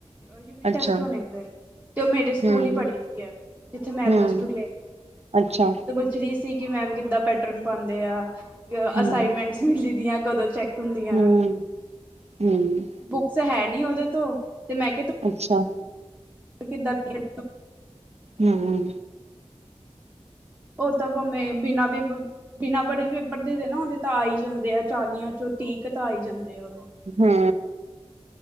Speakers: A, on the right; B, on the right.
A: ਯੂਨਿਟ
B: ਅੱਛਾ
A: ਟੈਸਟ ਹੋਣੇ। ਤੇ ਉਹ ਮੇਰੇ ਸਕੂਲ
B: ਹੂੰ
A: ਹੀ ਪੜ੍ਹੀ ਦੀ ਆ ਜਿੱਥੇ ਮੈਂ
B: ਹੂੰ
A: ਪਲੱਸ-ਟੂ ਕਅਰ
B: ਅੱਛਾ
A: ਰ ਸੀ ਕਿ ਮੈਮ ਕਿੱਦਾਂ ਪੈਟਰਨ ਪਾਉਂਦੇ ਆ।
B: ਹੂੰ
A: ਅਸਾਈਨਮੈਂਟਸ ਮਿਲੀ ਦੀਆਂ। ਕਦੋਂ ਚੈੱਕ ਹੁੰਦੀਆਂ।
B: ਹੂੰ ਹੂੰ
A: ਬੁੱਕਸ ਹੈ ਨੀ ਓਦੇ ਤੋ, ਤੇ ਮੈਂ
B: ਅੱਛਾ।
A: ਤੇ ਕਿਦਾਂ ਫੇਰ?
B: ਹੁਂ-ਹੁਂ।
A: ਉਹ ਤਾਂ ਭਾਵੇਂ, ਬਿਨਾਂ ਵੀ ਬੁਕ ਬਿਨਾਂ ਪੜੇ ਵੀ ਪੇਪਰਦੇ ਦੇ ਨਾ ਉਹਦੇ ਤਾਂ ਆਈ ਜਾਂਦੇ ਆ, ਚਾਲੀਆਂ ਚੋਂ ਤੀਹ ਕੁ ਤਾਂ ਆਈ ਜਾਂਦੇ ਆ ਉਹਦੇ।
B: ਹੁਂ।